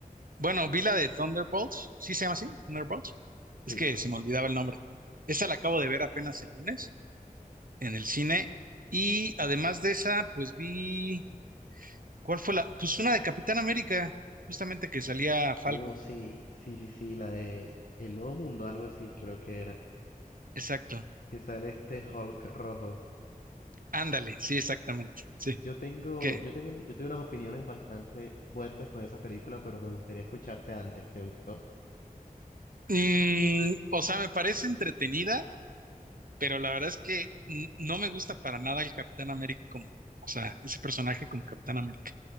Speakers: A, on the right; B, on the left.
A: Bueno, vi la de Thunderbolts. ¿Sí se llama así? Thunderbolts.
B: Sí,
A: Es que
B: Thunderbolts.
A: se me olvidaba el nombre. Esa la acabo de ver apenas el lunes en el cine. Y además de esa, pues vi ¿Cuál fue la? Pues una de Capitán América, justamente que salía Falcon.
B: Oh, sí, sí, sí, sí, la de El Nuevo Mundo, algo así, creo que era.
A: Exacto.
B: Que sale este Hulk rojo.
A: Ándale, sí, exactamente. Sí.
B: Yo tengo,
A: ¿Qué?
B: yo tengo, yo tengo unas opiniones bastante fuertes con esa película, pero me gustaría escucharte antes. ¿Te gustó?
A: Mm, o sea, me parece entretenida, pero la verdad es que n- no me gusta para nada el Capitán América como, o sea, ese personaje como Capitán América.